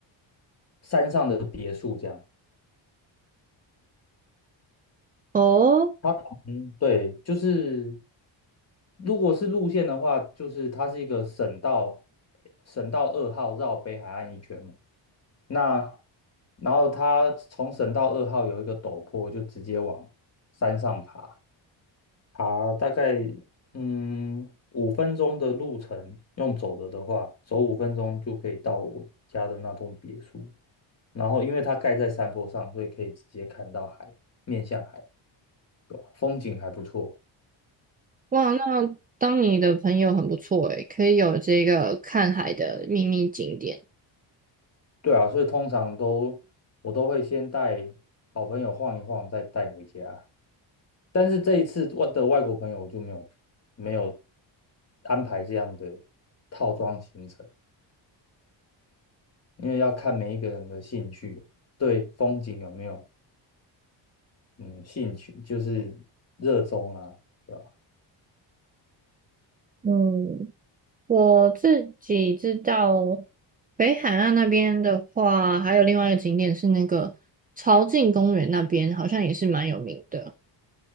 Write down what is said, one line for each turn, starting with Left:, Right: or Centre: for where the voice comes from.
Left: 山上的别墅，这样。
Right: 哦，
Left: 它旁边对，就是如果是路线的话，就是它是一个省道，省道二号绕北海岸一圈嘛。那然后它从省道二号有一个陡坡，就直接往山上爬。爬大概嗯五分钟的路程，用走的的话，走五分钟就可以到我家的那栋别墅。然后因为它盖在山坡上，所以可以直接看到海，面向海，对吧？风景还不错。
Right: 哇，那当你的朋友很不错诶，可以有这个看海的秘密景点。
Left: 对啊，所以通常都我都会先带好朋友晃一晃，再带回家。但是这一次外的外国朋友我就没有没有安排这样的套装行程。因为要看每一个人的兴趣，对风景有没有嗯兴趣，就是热衷啊，对吧？
Right: 嗯，我自己知道，北海岸那边的话，还有另外一个景点是那个潮境公园那边，好像也是蛮有名的，